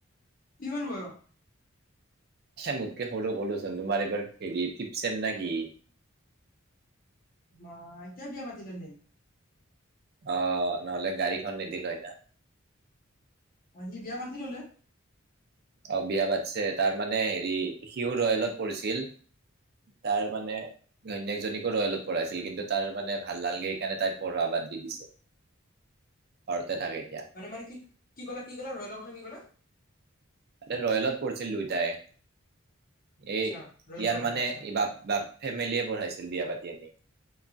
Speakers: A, on the left; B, on the right.
A: কিমান বয়স?
B: মোতকে সৰু ক'লোচোন, তোমাৰ এইবাৰ হেৰি ফিফ্ট ছেম নে কি?
A: মা, এতিয়াই বিয়া পাতি ল'লে।
B: অ', নহ'লে গাড়ীখন নিদিল হয় না।
A: অ', সি বিয়া পাতি ল'লে।
B: অ', বিয়া পাতিছে, তাৰ মানে হেৰি সিও ৰয়েলত পঢ়িছিল। তাৰ মানে ঘৈনেক জনীকো ৰয়েলত পঢ়াইছিল, কিন্তু তাৰ মানে ভাল নালাগে, সেইকাৰণে তাইৰ পঢ়োৱা বাদ দি দিছে। ঘৰতে থাকে এতিয়া।
A: মানে, মানে কি, কি কলা, কি কলা ৰয়েলৰ কথা কি কলা।
B: ৰয়েলত পঢ়িছিল দুইটাই। এই
A: আচ্ছা ৰয়েল
B: ইয়াৰ
A: গ্ল'বেল
B: মানে
A: আচ্ছা
B: ই বাপ বাপ ফেমিলিয়ে পঢ়াইছিল বিয়া পাতি আনি।